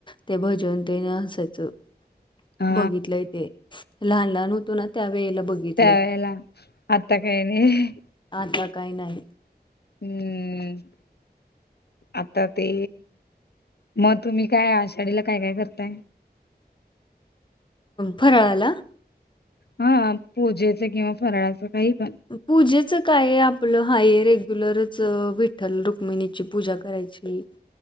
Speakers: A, on the left; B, on the left.
A: ते भजन तेन असायचं.
B: हा
A: बघितलंय ते लहान लहान होतो ना त्या वेळेला बघित
B: त्यावेळेला. आता काय नाही.
A: आता ला काही नाही आहे.
B: हम्म. आता ते मग तुम्ही काय आषाढीला काय काय करताय?
A: फराळाला
B: हा पूजेच किंवा फराळाचं काही पण.
A: पूजेच काय आपलं हाय रेग्युलरच विठ्ठल रुक्मिणीची पूजा करायची. <inaudible>